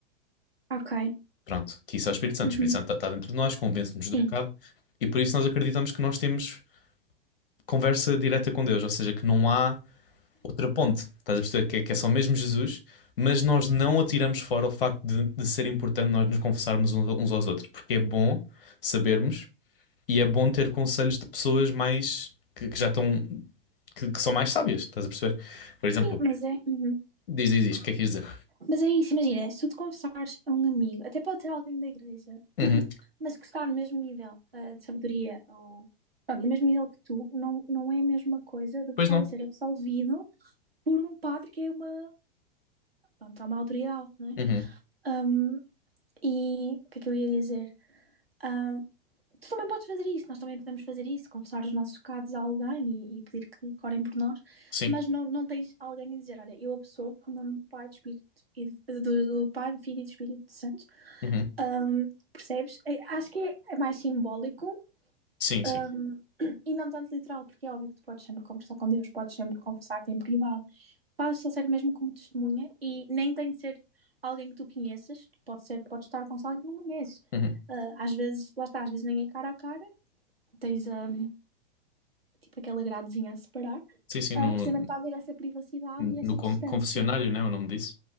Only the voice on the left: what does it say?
Pronto, que isso é o Espírito Santo.
O Espírito Santo está dentro de nós, convence-nos do
pecado, e por isso nós acreditamos que nós temos conversa direta com Deus, ou seja, que não há outra ponte. Estás a perceber que é, que é só mesmo Jesus, mas nós não atiramos fora o facto de, de ser importante nós nos confessarmos uns uns aos outros, porque é bom sabermos E é bom ter conselhos de pessoas mais que, que já estão que, que são mais sábias, estás a perceber? Por exemplo,
diz, diz, diz, o que é que quis dizer?
Uhum.
Pois
não.
Uhum.
Sim,
Uhum.
sim, sim.
Uhum.
Sim,
sim, no,
no con-
confessionário, né? O nome disso.